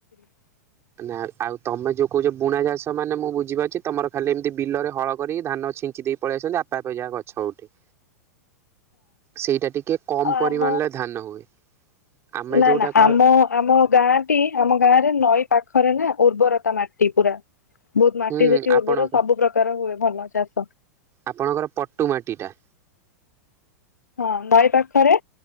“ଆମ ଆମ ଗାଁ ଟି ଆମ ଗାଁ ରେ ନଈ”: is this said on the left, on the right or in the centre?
Left